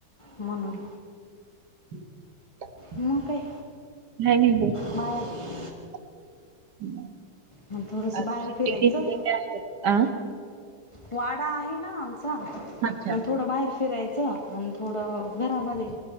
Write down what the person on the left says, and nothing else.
म्हणून.
मग काय?
बाहेर
मग थोडंसं
बाहेर
फिरायचं
वाडा आहे ना आमचा.
मग थोडं बाहेर फिरायचं आणि थोडं घरामध्ये.